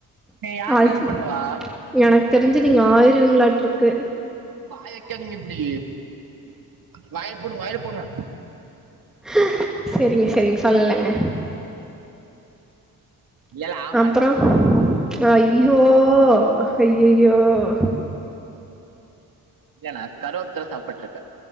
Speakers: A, on the right; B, in the centre.
A: யாரு
B: அதுசி
A: கல்யாண பண்ணுவா
B: எனக்கு தெரிஞ்சு நீங்க ஆயிர தருவிங்களாட்டு இருக்கு
A: உம் வாய வெக்காதீங்க இப்டி வாய்ல போடுங்க வாய்ல பூன
B: ம் சரிங்க சரிங்க சொல்லலங்க
A: இல்ல இல்ல ஆக
B: அப்றம்
A: மாட்டேன்
B: அயி ய்யோ ஹய்யய் ய்யோவ்வ்
A: இல்ல நா கருவாத்தர சாப்புட்ருக்கே